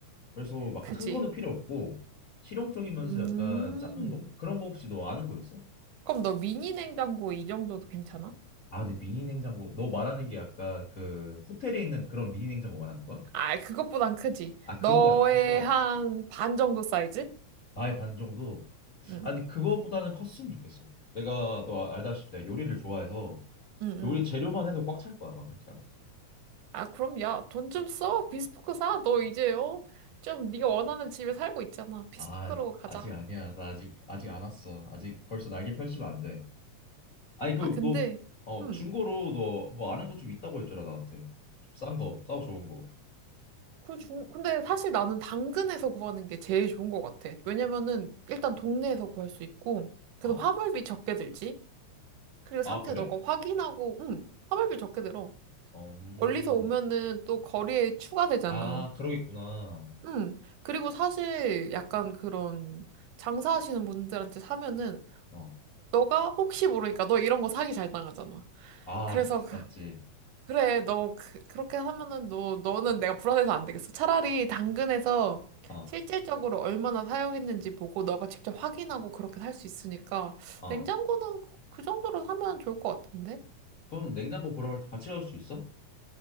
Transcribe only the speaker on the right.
그지.
음.
그럼 너 미니 냉장고 이 정도도 괜찮아?
아, 그것보단 크지.
너의
한 반 정도 사이즈?
응,
응, 응.
아, 그럼 야, 돈 좀 써. 비스포크 사. 너 이제, 어? 좀 네가 원하는 집에 살고 있잖아. 비스포크로
가자.
아, 근데,
음.
그 중, 근데 사실 나는 당근에서 구하는 게 제일 좋은 것 같아. 왜냐면은 일단 동네에서 구할 수 있고, 그래서
화물비 적게 들지. 그리고
상태
너가 확인하고, 음, 화물비 적게 들어.
멀리서 오면은 또 거리에 추가되잖아.
응. 그리고 사실 약간 그런 장사하시는 분들한테 사면은
너가 혹시 모르니까 너 이런 거 사기 잘 당하잖아.
그래서 그-
그래 너 그, 그렇게 하면은 너 너는 내가 불안해서 안 되겠어. 차라리 당근에서
실질적으로 얼마나 사용했는지 보고 너가 직접 확인하고 그렇게 살 수 있으니까
냉장고는 그그 정도로 사면 좋을 것 같은데.